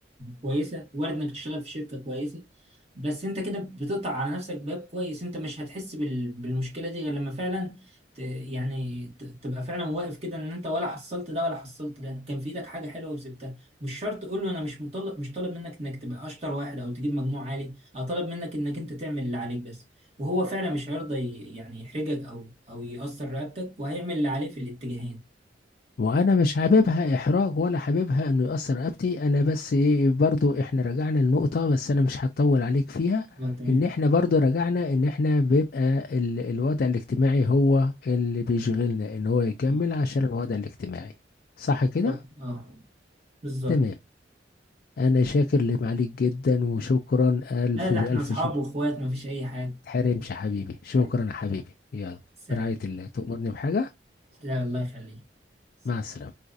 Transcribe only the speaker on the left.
وانا مش حاببها احراج ولا حاببها انه يأثر رقبتي انا بس ايه برضو احنا رجعنا لنقطة بس انا مش هطول عليك فيها
ان احنا برضو رجعنا ان احنا بيبقى ال- الوضع الاجتماعي هو اللي بيشغلنا ان هو يكمل
عشان الوضع الاجتماعي صح كده
تمام انا شاكر لمعاليك جدا وشكرا الف
الف
شكر
تحرمش يا حبيبي شكرا
يا حبيبي يلا
في رعاية الله تؤمرني بحاجة
مع السلامة